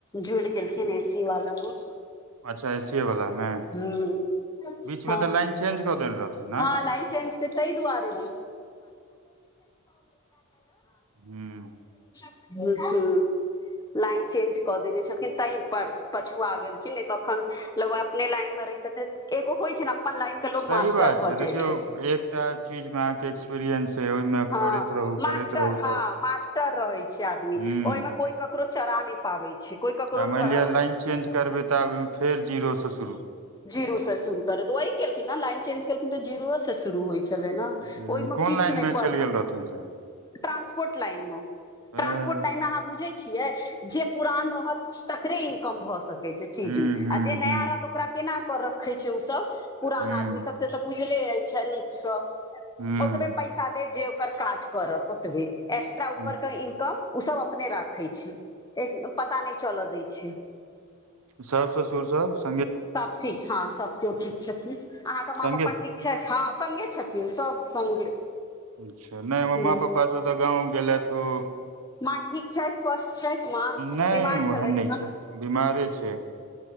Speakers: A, on the left; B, on the right.
A: जुड़ि गेलखिन, एसी वाला मे।
B: अच्छा एसीए वला मे
A: हू
B: बीच
A: हां
B: मे तऽ लाइन चेंज कऽ देने रहथिन ने
A: हां लाइन चेंज तैय दुआरे
B: ह्म
A: हूँ, लाइन चेंज कऽ देने छलखिन तऽ पऽ। गेलखिन नहि, तखन लऽ अपने लाइनमे रहिते एगो होइ छै ने। अपन लाइन के लोग
B: सही
A: मास्टर
B: बात
A: भऽ
B: छै, देखियौ
A: जाइ
B: एकटा चीजमे अहाँके एक्सपीरियंस छै, ओहिमे
A: हँ
B: करैत। रहू
A: मास्टर
B: करैत रहू
A: हँ
B: तऽ
A: मास्टर रहै छै आदमी,
B: ह्म
A: ओहिमे कोइ ककरो चरा नैय। पाबै छै। कोइ ककरो
B: आ मानि
A: ध,
B: लिअ लाइन चेंज करबै तऽ फेर जीरोसँ शुरू
A: जीरो से शुर कर त वह केलखिन ने लाइन चेज केलखिन त जीरो से शुरू होइ छलै ने
B: हम्म,
A: ओहि मे
B: कोन
A: किछु
B: लाइन
A: नहि
B: मे
A: पर
B: चलि गेल रहथिन से
A: ट्रांसपोर्ट लाइन मे
B: ह्म
A: ट्रांसपोर्ट लाइनमे आहा बूझै छियै जे पुरान रहत तकरे इनकम भऽ सकैत छै चीजू
B: ह्म
A: जे नया
B: ह्म
A: रहत ओकरा केना कर रखे छै ओ सब पुरान
B: ह्म
A: आदमी सब से तऽ बुझले अछि नीकसँ
B: ह्म
A: ओतबे पैसा देत जे ओकर काज करत ओतबे एक्स्ट्रा ऊपर
B: ह्म
A: के इनकम ओ सब अपने राखे छै पता नहि चलऽ दैय छैय
B: सास ससुर स
A: सब ठीक हँ सभ केओ ठीक छथिन अहाँके माँ
B: संगे
A: पपा ठीक हँ सङ्गे छथिन सभ सङ्गे
B: अच्छा नहि हमर
A: ह
B: माँ पप्पासभ तऽ गाँव गेलथि ओ
A: माँ ठीक छथि स्वस्थ छथि माँ
B: नहि
A: बीमार छलैथ
B: ओहन नहि
A: मां
B: छै बीमारे छै